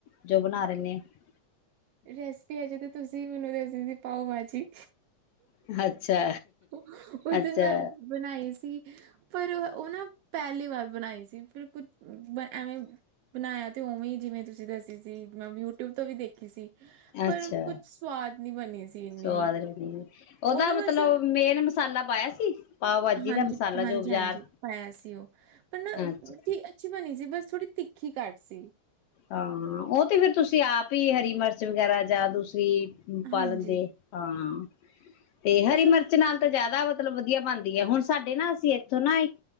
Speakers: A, on the left (about 75°); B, on the right (about 75°).
A: ਜੋ ਬਣਾ ਰਹਦੇ ਆ
B: ਰੈਸਪੀ ਹੈਜੇ ਤਾਂ ਤੁਸੀਂ ਮੈਨੂੰ ਦੱਸਦੇ ਸੀ ਪਾਊ ਭਾਜੀ
A: <unintelligible> ਅੱਛਾ
B: ਉਸ
A: ਅੱਛਾ
B: ਦਿਨ ਮੈਂ ਬਣਾਈ <unintelligible> ਪਰ ਉਹ ਉਹ ਨਾ ਪਹਿਲੀ ਵਾਰ ਵ ਬਣਾਈ ਸੀ ਫਿਰ ਕੁਛ ਐਵੇਂ ਬਣਾਇਆ ਤੇ ਉਵੇਂ ਜਿਵੇਂ ਤੁਸੀਂ ਦੱਸੀ ਸੀ ਮੈਂ ਯੂਟਿਊਬ ਤੋਂ ਵੀ ਦੇਖੀ ਸੀ। ਪਰ
A: ਅੱਛਾ
B: ਕੁਛ ਸਵਾਦ ਨੀ ਬਣੀ ਸੀ ਇੰਨੀ
A: ਸਵਾਦ ਲੱਗਦੀ ਉਹਦਾ
B: ਉਹ ਨਾ
A: ਮਤਲਬ
B: ਬਸ
A: ਮੇਨ ਮਸਾਲਾ ਪਾਇਆ ਸੀ ਪਾਓ ਭਾਜੀ
B: ਹਾਂਜੀ
A: ਦਾ ਮਸਾਲਾ
B: ਹਾਂਜੀ
A: ਜੋ ਬਾਜ਼ਾਰ
B: ਹਾਂਜੀ ਪਾਇਆ ਸੀ ਉਹ ਪਰ ਨਾ
A: ਅੱਛਾ
B: <inaudible> ਅੱਛੀ ਬਣੀ ਸੀ ਬਸ ਥੋੜੀ ਤਿੱਖੀ ਘੱਟ ਸੀ
A: ਹਾਂ ਉਹ ਤੇ ਫੇਰ ਤੁਸੀਂ ਆਪ ਹੀ ਹਰੀ ਮਿਰਚ ਵਗੈਰਾ ਜਾ ਦੂਸ ਰੀ ਪਾਲਣ
B: ਹਾਂਜੀ,
A: ਦੇ ਹਾਂ <inaudible> <inaudible> ਤੇ ਹਰੀ
B: ਬਸ ਉਹ
A: ਮਿਰਚ ਨਾਲ ਤਾਂ ਜਿਆਦਾ ਮਤਲਬ ਵਧੀਆ ਬਣਦਾ ਹੁਣ ਸਾਡੇ ਨਾ ਅਸੀਂ ਇੱਥੋਂ ਨਾ ਇੱਕ